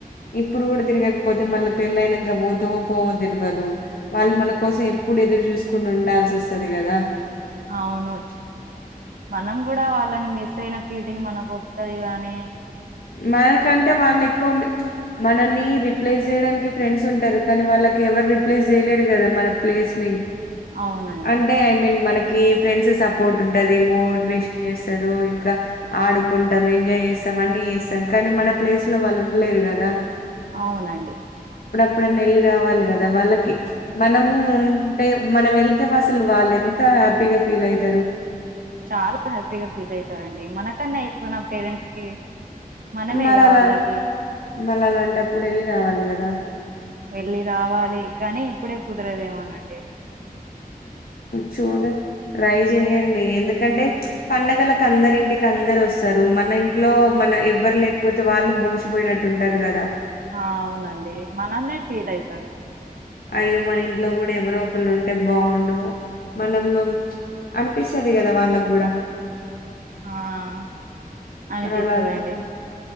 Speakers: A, on the left; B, on the right.
A: ఇప్పుడు కూడా తిరగకపోతే మళ్ళీ పెళ్ళ అయినంక బోతమో పోమో తెలివదు, వాళ్ళు మన కోసం ఇప్పు ఇప్పుడు ఎదురు చూసుకుండ ఉండాల్సి వస్తది కదా.
B: అవును, చ్ మనం గుడ ఆళ్ళని మిస్ అయిన ఫీలింగ్ మనకొస్తది గానీ
A: మనకంటే వాళ్లేక్కువ మన నీ రిప్లేస్ చేయడానికి ఫ్రెండ్స్ ఉంటరు, కానీ వాళ్ళకి ఎవరు రిప్లేస్ చేయలేరు కదా మన ప్లేస్ ని.
B: అవునండి
A: అంటే ఐ మీన్ మన కి ఫ్రెండ్స్ సపోర్ట్ ఉంటుది మోటివేషన్ చేస్తారు ఇంకా ఆడుకుంటాం ఎంజాయ్ చేస్తాం అన్ని చేస్తం కానీ మన ప్లేస్ లో వాళ్ళు ఉండలేరు కదా
B: అవునండి
A: ఎప్పుడన్నా వెళ్ళి రావాలి కదా వాళ్ళకి మనము ఉంటే మనం వెళ్తే అసలు వాళ్ళ ఎంత హ్యాపీగా ఫీల్ అయితారు
B: చాలా హ్యాపీగా ఫీల్ అయితారండి మన కన్నా ఎక్కువనా పేరెంట్స్ కి మనమేగావాళ్ళకి
A: మరలా మరలాంటప్పుడు ఎళ్లి రావాలి కదా
B: వెళ్ళి రావాలి కానీ ఇప్పుడే కుదరేదేమోనండి
A: చూడండ్ ట్రై చేయండి ఎందుక్ కంటే పండగలకు అందరు ఇంటికి అందరు వస్తారు మన ఇంట్లో మన ఎవరు లేకపోతే వాళ్ళు బోషీ పోయినట్టుంటారు కదా
B: ఆ అవునండి మనన్నే ఫీల్ అయితారు
A: అయ్యో మన ఇంట్లో కూడా ఎవరో ఒకళ్ళు ఉంటే బాగుండు మనం బామ్ అనిపిస్తది కదా వాళ్ళకు కూడా
B: ఆహ్ అనిపిస్తదండి
A: మరలాంటప్పుడు